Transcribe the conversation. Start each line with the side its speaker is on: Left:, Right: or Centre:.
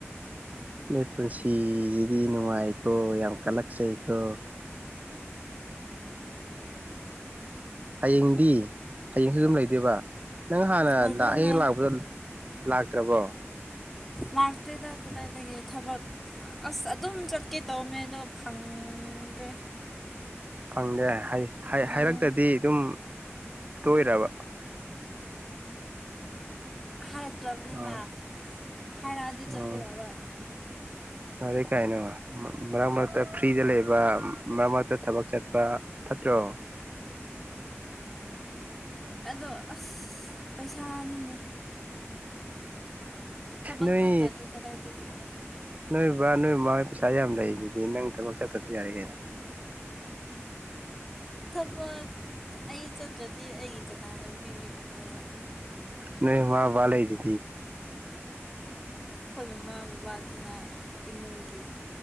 Right: ꯅꯣꯏ ꯄꯨꯟꯁꯤꯁꯤꯗꯤ ꯅꯨꯡꯉꯥꯏꯀꯣ ꯌꯥꯝ ꯀꯜꯂꯛꯆꯩꯀꯣ ꯍꯌꯦꯡꯗꯤ ꯍꯌꯦꯡꯁꯨ ꯑꯗꯨꯝ ꯂꯩꯗꯣꯏꯕ ꯅꯪ ꯍꯥꯟꯅ
Centre: ꯂꯩꯗꯣꯏꯅꯦ
Right: ꯍꯌꯦꯡ ꯂꯥꯛꯄꯗꯣ ꯂꯥꯛꯇ꯭ꯔꯕꯣ
Centre: ꯂꯥꯛꯇꯩꯗꯥꯛ ꯀꯗꯥꯏꯒꯦ ꯊꯕꯛ ꯑꯁ ꯑꯗꯨꯝ ꯆꯠꯀꯦ ꯇꯧꯕꯅꯦ ꯑꯣ ꯐꯪꯗ꯭ꯔꯦ
Right: ꯐꯪꯗꯦ ꯍꯥꯏꯔꯛꯇꯗꯤ
Centre: ꯎꯝ
Right: ꯑꯗꯨꯝ ꯇꯣꯏꯔꯕ
Centre: ꯀꯔꯦꯛꯇꯔꯅꯤ
Right: ꯑꯥ
Centre: ꯃꯥ ꯈꯥꯏꯅ ꯑꯗꯤ
Right: ꯑꯣ
Centre: ꯆꯄꯄꯤ ꯑꯕ
Right: ꯐꯔꯦ ꯀꯥꯏꯅ ꯃꯔꯛ ꯃꯔꯛꯇ ꯐ꯭ꯔꯤꯗ ꯂꯩꯕ ꯃꯔꯛ ꯃꯔꯛꯇ ꯊꯕꯛ ꯆꯠꯄ ꯄꯠꯇ꯭ꯔꯣ
Centre: ꯣ ꯑꯁ ꯄꯩꯁꯥꯅꯤꯅꯦ ꯊꯕꯛ
Right: ꯅꯣꯏ
Centre: ꯆꯠꯇ꯭ꯔꯗꯤ ꯀꯗꯥꯏꯗꯒꯤ
Right: ꯅꯣꯏꯕ ꯅꯣꯏ ꯃꯥ ꯄꯩꯁꯥ ꯌꯥꯝ ꯂꯩ ꯑꯗꯨꯗꯤ ꯅꯪ ꯊꯕꯛ ꯆꯠꯇꯁꯨ ꯌꯥꯔꯦ ꯀꯩꯅꯣ
Centre: ꯊꯕꯛ ꯑꯩ ꯆꯠꯇ꯭ꯔꯗꯤ ꯑꯩꯒꯤ ꯀꯅꯥꯅꯣ ꯄꯤꯕꯤꯗꯣꯏꯅꯣꯕ
Right: ꯅ ꯋꯥ ꯋꯥꯂꯩꯤꯗꯤ
Centre: ꯑꯩꯈꯣꯏ ꯃꯃꯥ ꯕꯕꯥꯗꯨꯅ ꯏꯃꯨꯡꯒꯤ